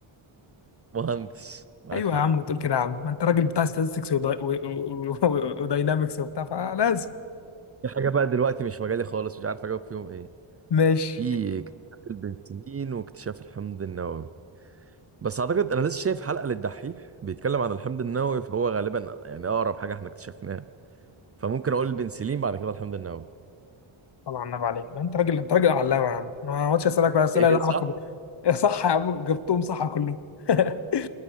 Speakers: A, on the right; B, on the left.
A: مهندس معاك
B: ايوه
A: حق
B: يا عم تقول كده يا عم ما انت راجل بتاع ستاتستكس وداينامكس وبتاع فلازم
A: في حاجة بقى دلوقتي مش مجالي خالص مش عارف أجاوب فيهم إيه
B: ماشي
A: في اكتشاف البنسلين واكتشاف الحمض النووي بس أعتقد أنا لسه شايف حلقة للدحيح بيتكلم عن الحمض النووي فهو غالبا يعني أقرب حاجة إحنا اكتشفناها فممكن أقول البنسلين بعد كده الحمض النووي
B: طبعا النبي عليك ده انت راجل انت راجل علامه يا عم أنا ما اقعدش اسالك بقى اسئله
A: ايه
B: لها
A: صح
B: علاقه بال- <laughs> صح يا عم جبتهم صح كلهم <laughs>